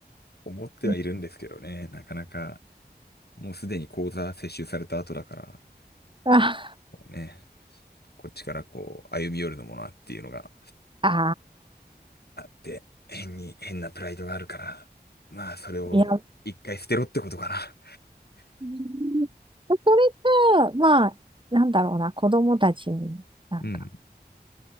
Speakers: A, on the left; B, on the right.
A: 思ってはいるんですけどね。
B: うん
A: なかなか、もうすでに口座接収された後だから、
B: あ、
A: こうね、こっちからこう、歩み寄るのもなっていうのが
B: あ
A: あって、変に、変なプライドがあるから、まあ、それを一回捨てろってことかな。
B: ー、いや、うんそれかまあ、なんだろうな、子供たちになんか
A: うん。